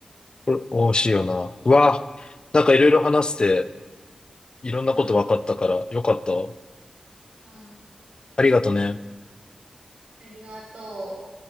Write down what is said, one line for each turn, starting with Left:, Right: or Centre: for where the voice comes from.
Left: これ、美味しいよな。うわ、なんかいろいろ話して、いろんなこと分かったから、
Right: うん。
Left: よかったわ。
Right: うん。
Left: ありがとね。
Right: ありがとう。